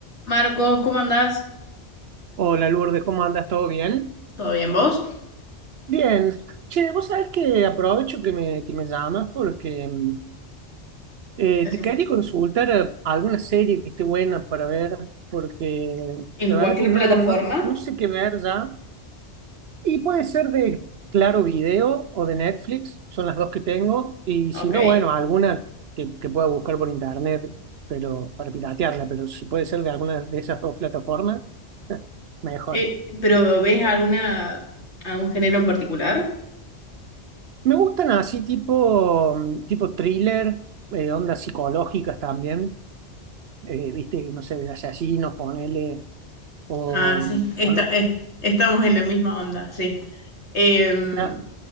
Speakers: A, on the left (about 70°); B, on the right (about 65°).
A: Marcos, ¿cómo andás?
B: Hola Lourdes, ¿cómo andas? ¿Todo bien?
A: ¿Todo bien vos?
B: Bien. Che, vos sabés que aprovecho que me, que me llamas porque mm, eh,
A: Decime.
B: te quería consultar eh, alguna serie que esté buena para ver, porque
A: En
B: la
A: cualquier
B: verdad que no,
A: plataforma,
B: no, no sé qué ver ya. Y puede ser de Claro Video o de Netflix, son las dos que tengo. Y
A: ok.
B: si no, bueno, alguna que, que pueda buscar por internet pero para piratearla, pero si puede ser de alguna de esas dos plataformas, <laughs> mejor.
A: Eh, ¿pero ves alguna, algún género en particular?
B: Me gustan así tipo, mm, tipo thriller, eh, ondas psicológicas también, eh, viste, no sé, de asesinos, ponele, o,
A: Ah, sí, esta-
B: o no,
A: es- estamos en la misma onda, sí. Em,
B: la-